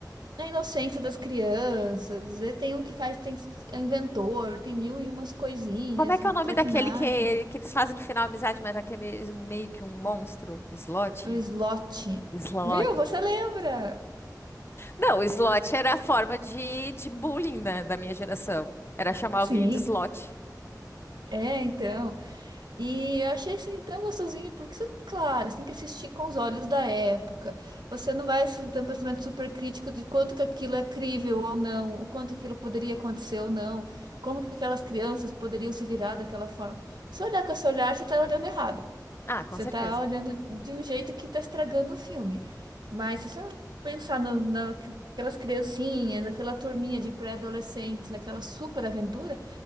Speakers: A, on the right; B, on the left.
A: a inocência das crianças. E tem um que faz, tem é inventor, tem mil e umas coisinhas,
B: Como é que é o nome
A: traquinagens.
B: daquele que, que eles fazem no final amizade, mas aquele é meio meio que um monstro? Slot?
A: O slot.
B: Slot.
A: Viu? Você lembra?
B: Não, o slot era a forma de, de bullying né, da minha geração. Era chamar
A: Sim.
B: alguém de slot.
A: É, então. E eu achei assim tão gostosinho, porque, isso- claro, você tem que assistir com os olhos da época. Você não vai su- ter um pensamento super crítico de quanto que aquilo é crível ou não, o quanto aquilo poderia acontecer ou não, como que aquelas crianças poderiam se virar daquela forma. Se olhar com esse olhar, você está olhando errado.
B: Ah, com
A: Você
B: certeza.
A: está olhando de um jeito que está estragando o filme. Mas se você pensar no, na- criancinhas, aquela turminha de pré-adolescentes, naquela super aventura.